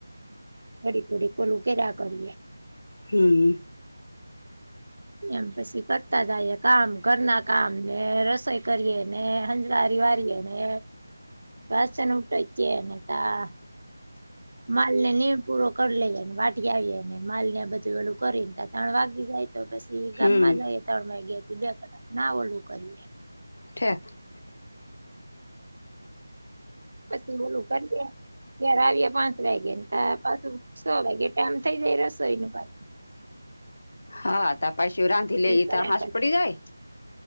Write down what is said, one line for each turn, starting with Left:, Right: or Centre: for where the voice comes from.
Right: ઘડી ધડી ઓલું કરીયા કરીએ
Left: હમ
Right: એમ પછી કરતા જઈ કામ ઘરના કામ ને રસોઈ કરીએ ને હંજવારી વારીએ ને વાસન ઉટકીયે ને કા માલ ને નિન પૂરો કરી લઇએ ને વાઢી આવીએ ને માલ ને બધું ઓલુ કરી એ ને ત્રણ વાગી જાય. તો પછી ગામમાં
Left: હમ
Right: જઈ ત્રણ વાગ્યે બે કલાક ના ઓલું કરીએ
Left: ઠેક <inaudible>
Right: પછી ઓલું કરીએ ઘેર આવીએ પાંચ વાગ્યા ને ત પાછું છ વાગે ટાઈમ થઇ જાય રસોઈ નું પાછું
Left: હા તા પાછું રાંધી લેઈતો
Right: ઈ કર્યા
Left: હાંસ પડી જાય.